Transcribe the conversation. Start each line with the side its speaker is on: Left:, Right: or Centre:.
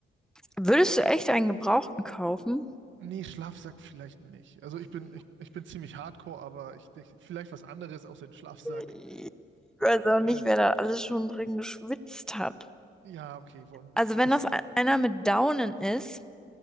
Centre: Würdest du echt einen Gebrauchten kaufen?
Right: Nee, Schlafsack vielleicht nicht. Also ich bin, ich, ich bin ziemlich hardcore, aber ich, ich vielleicht was anderes außer den Schlafsack.
Centre: Ich weiß auch
Right: Äh,
Centre: nicht, wer da alles schon drin geschwitzt hat.
Right: ja, okay, wollen wir-
Centre: Also wenn
Right: das.
Centre: das e- einer mit Daunen ist,